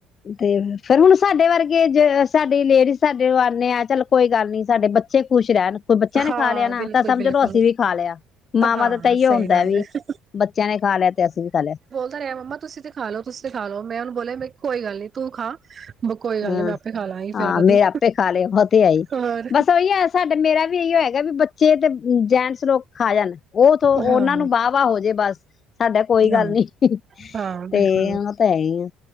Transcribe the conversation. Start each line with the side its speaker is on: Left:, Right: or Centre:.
Left: ਤੇ ਫਿਰ ਹੁਣ ਸਾਡੇ ਵਰਗੇ ਜ ਸਾਡੀ ਲੇਡੀਜ਼ ਸਾਡੇ ਆਉਂਦੇ ਆ ਚੱਲ <unintelligible> ਕੋਈ ਗੱਲ ਨੀ ਸਾਡੇ ਬੱਚੇ ਖੁਸ਼ ਰਹਿਣ <unintelligible> ਕੋਈ ਬੱਚਿਆਂ ਨੇ
Right: ਹਾਂ
Left: ਖਾ ਲਿਆ ਨਾ
Right: ਬਿਲਕੁਲ
Left: ਤਾਂ ਸਮਝ
Right: ਬਿਲਕੁਲ
Left: ਲਓ ਅਸੀਂ ਵੀ ਖਾ ਲਿਆ ਮਾਵਾਂ
Right: ਹਾਂ
Left: ਦਾ ਤਾਂ ਇਓ
Right: ਸਹੀ
Left: ਹੁੰਦਾ
Right: ਗੱਲ
Left: ਵੀ
Right: ਹੈ
Left: ਬੱਚਿਆਂ ਨੇ ਖਾ ਲਿਆ ਤੇ ਅਸੀਂ ਵੀ ਖਾ ਲਿਆ
Right: <unintelligible> ਤਾਂ ਰਿਹਾ ਮੰਮਾ ਤੁਸੀਂ ਤੇ ਖਾ ਲੋ ਤੁਸੀਂ ਖਾ ਲੋ ਮੈਂ ਉਹਨੂੰ ਬੋਲਿਆ ਮ ਕੋਈ ਗੱਲ ਨੀ ਤੂੰ ਖਾ
Left: <unintelligible>
Right: ਕੋਈ ਗੱਲ
Left: ਹਮ
Right: ਨੀ ਮੈਂ ਆਪੇ ਖਾ ਲਾਂਗੀ
Left: ਹਾਂ
Right: ਫੇਰ ਕਦੀ
Left: ਮੇਰੇ ਆਪੇ ਖਾ ਲਏ ਬ ਤੇ ਆਈ
Right: ਹੋਰ
Left: ਬਸ ਉਹੀ ਆ ਸਾਡਾ ਮੇਰਾ ਵੀ ਇਹੀ ਹੋਇਆ <unintelligible> ਹੈਗਾ ਵੀ ਬੱਚੇ ਤੇ ਜੈਂਟਸ ਲੋਕ ਖਾ ਜਾਣ <unintelligible> ਉਹਥ ਉਹਨਾਂ
Right: ਹਾਂ
Left: ਨੂੰ ਵਾਹ ਵਾਹ ਹੋ ਜੇ ਬਸ ਸਾਡਾ ਕੋਈ
Right: ਹਾਂ
Left: ਗੱਲ ਨੀ ਤੇ
Right: ਹਾਂ ਬਿਲਕੁਲ
Left: ਉਹ ਤਾਂ ਹੈਈ ਆ